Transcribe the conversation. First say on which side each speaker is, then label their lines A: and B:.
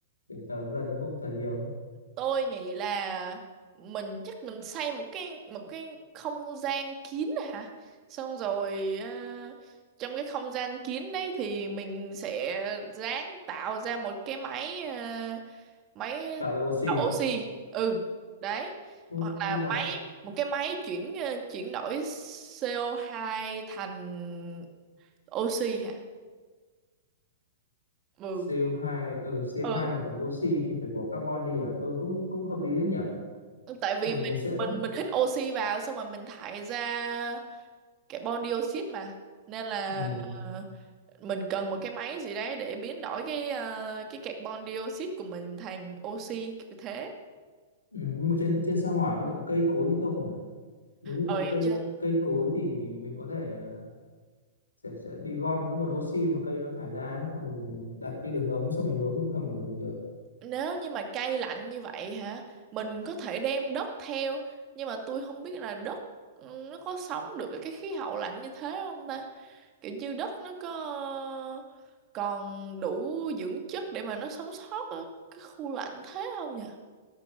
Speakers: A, on the left; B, on the right.
A: kiểu thở một lần đấy không thở nhiều ấy.
B: tôi nghĩ là mình chắc mình xây một cái một cái không gian kín hả xong rồi à, trong cái không gian kín đấy thì mình sẽ ráng tạo ra một cái máy à, máy
A: tạo ra oxy
B: tạo oxy ừ đấy
A: nhưng,
B: hoặc là
A: nhưng mà
B: máy một cái máy chuyển à, chuyển đổi CO2 thành oxy hả ừ
A: co hai ở ừ, co
B: ừ
A: hai mà thành oxy thì phải bỏ carbon đi à ừ cũng cũng hợp lý đấy nhỉ
B: tại vì
A: nhưng mà
B: mình
A: mình sẽ
B: mình mình hít oxy vào xong rồi mình thải ra carbon dioxide mà nên là
A: ừ,
B: ờ, mình cần một cái máy gì đấy để biến đổi cái ờ, cái carbon dioxide của mình thành oxy kiểu thế
A: ừ. nhưng mà trên trên sao hỏa bây giờ có cây cối gì không nhỉ nếu như
B: rồi
A: có cây
B: chứ-
A: cây cối thì mình có thể à, sẽ sẽ đi gom những nguồn oxy mà cây nó thải ra ấy, xong rồi mình đặt như đường ống xong mình nối trong hầm của mình được
B: nếu như mà cây lạnh như vậy hả mình có thể đem đất theo nhưng mà tôi không biết là đất ừ, nó có sống được ở cái khí hậu lạnh như thế không ta kiểu như đất nó có ờ, còn đủ dưỡng chất để mà nó sống sót ở cái khu lạnh thế không nhỉ